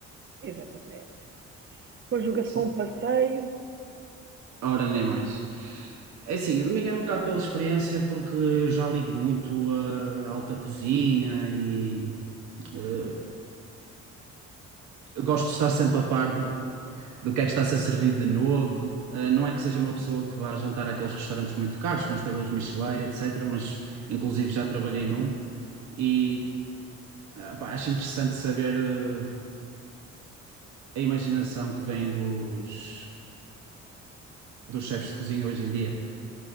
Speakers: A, on the right (about 40°); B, on the right (about 70°).
A: Exatamente. Conjuga-se
B: Sim,
A: com um passeio.
B: a hora nem mais. É assim, a minha é um bocado pela experiência, porque eu já ligo muito a alta cozinha e. ah, eu gosto de estar sempre a par do, do que é que está a ser servido de novo. Uh, não é que seja uma pessoa que vá jantar àqueles restaurantes muito caros, com estrelas Michelin, etc. Mas, inclusive, já trabalhei num e ah, pá, acho interessante saber uh, a imaginação que vem dos, dos chefes de cozinha hoje em dia.